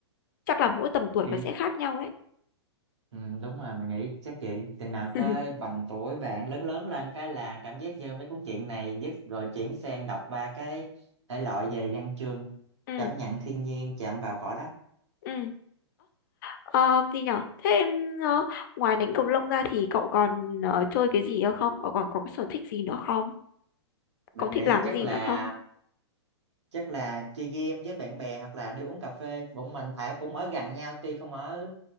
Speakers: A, on the left (about 45°); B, on the right (about 75°).
A: chắc là mỗi tầm tuổi
B: thì
A: nó sẽ khác nhau đấy
B: Ừ, đúng rồi mình nghĩ chắc vậy chừng nào
A: <laughs>
B: tới bằng tuổi bạn lớn lớn lên cái là cảm giác như mấy cuốn truyện này dứt rồi chuyển sang đọc ba cái thể loại về văn chương
A: ừ
B: cảm nhận thiên nhiên chạm vào cỏ đất
A: ừ Ờ, gì nhở? Thế em ờ, ngoài đánh cầu lông ra thì cậu còn ờ, chơi cái gì nữa không? Cậu còn có cái sở thích gì nữa không?
B: mình
A: Cậu thích
B: nghĩ
A: làm
B: chắc
A: gì
B: là
A: nữa không?
B: chắc là chơi game với bạn bè hoặc là đi uống cà phê bọn mình phải cũng ở gần nhau tuy không ở